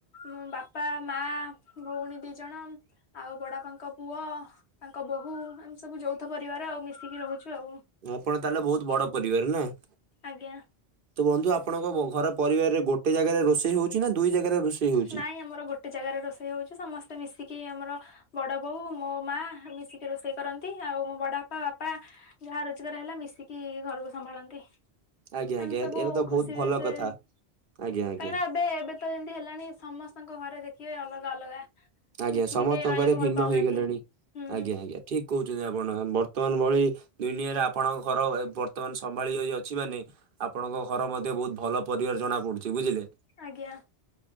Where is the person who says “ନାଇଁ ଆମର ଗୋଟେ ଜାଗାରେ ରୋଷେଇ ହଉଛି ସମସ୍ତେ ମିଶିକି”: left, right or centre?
Left